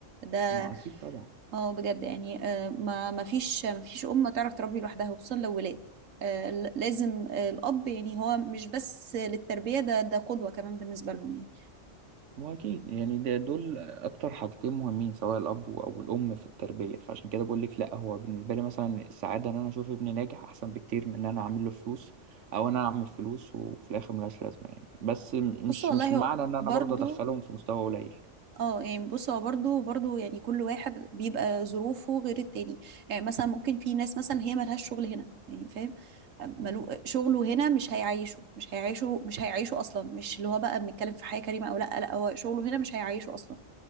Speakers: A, on the right; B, on the right.
A: ده
B: ما اكيد طبعا
A: اه بجد يعني آه، ما ما فيش ما فيش أم تعرف تربي لوحدها وخصوصا لو ولاد آه، ل- لازم آه، الأب يعني هو مش بس للتربية ده ده قدوة كمان بالنسبة لهم يعني
B: ما اكيد يعني ده دول اكتر حاجتين مهمين سواء الاب او الام في التربية فعشان كده بقول لك لا هو بالنسبة لي مثلا السعادة ان انا اشوف ابني ناجح احسن بكتير من ان انا اعمل له فلوس او انا اعمل فلوس وفي الاخر ملهاش لازمة يعني بس م-
A: بص
B: مش
A: والله
B: مش معنى
A: هو
B: ان انا
A: برضو
B: برضه ادخلهم في مستوى قليل
A: اه يعني بص هو برضه برضه يعني كل واحد بيبقى ظروفه غير التاني يعني مثلا ممكن في ناس مثلا هي ملهاش شغل هنا يعني فاهم آه، ملو شغله هنا مش هيعيشه مش هيعيشه مش هيعيشه اصلا مش اللي هو بقى بنتكلم في حياة كريمة او لا لا هو شغله هنا مش هيعيشه اصلا